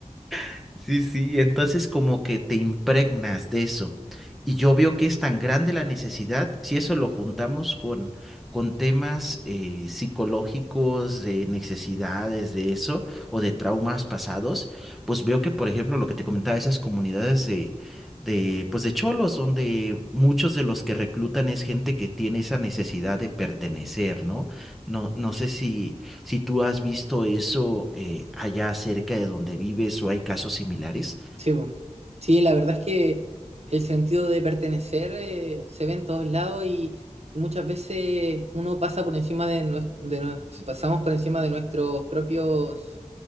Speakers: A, in the centre; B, on the right (about 60°).
A: <laughs> sí, sí. Entonces como que te impregnas de eso. Y yo veo que es tan grande la necesidad, si eso lo juntamos con, con temas eh, psicológicos, de necesidades, de eso, o de traumas pasados pues veo que, por ejemplo, lo que te comentaba, esas comunidades de, de, pues de cholos, donde muchos de los que reclutan es gente que tiene esa necesidad de pertenecer, ¿no? No, no sé si,
B: Ujú.
A: si tú has visto eso eh, allá cerca de donde vives o hay casos similares.
B: Sí, po. Sí, la verdad es que el sentido de pertenecer eh, se ve en todos lados y, y muchas veces uno pasa por encima de, nues- de nues- pasamos por encima de nuestros propios,